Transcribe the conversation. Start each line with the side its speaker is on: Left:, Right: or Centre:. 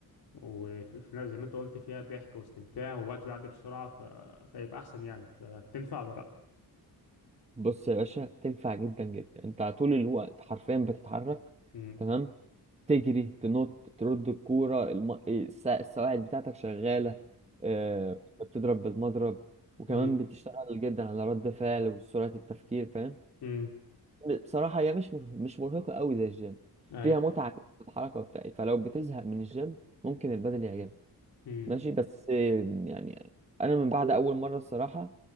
Left: وفي في- زي ما أنت قلت فيها ضحك واستمتاع والوقت بيعدي بسرعة ف... فيبقى أحسن يعني فتنفع ولا لأ؟
Right: بص يا باشا تنفع جدا جدا انت على طول الوقت حرفيا بتتحرك
Left: مم.
Right: تمام تجري تنط ترد الكورة الم... إيه، الس- السواعد بتاعتك شغالة آه، بتضرب بالمضرب وكمان
Left: مم.
Right: بتشتغل جدا على رد فعل وسرعة التفكير فاهم
Left: مم.
Right: بصراحة هي مش مر- مش مرهقة قوي زي الجيم
Left: اي
Right: فيها متعة في الحركة بتاعي فلو بتزهق من الجيم ممكن البدل يعجبك
Left: امم
Right: ماشي بس آه، يعني أنا من بعد أول مرة الصراحة